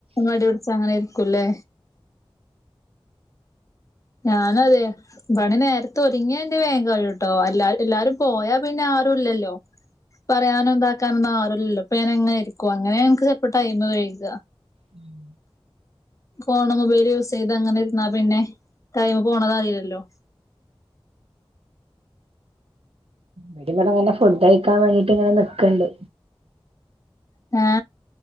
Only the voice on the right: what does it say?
ഉം
ഇടി ഇവിടെങ്ങനെ ഫുഡ് കഴിക്കാൻ വേണ്ടിട്ട് ഇങ്ങനെ നിക്കണിട്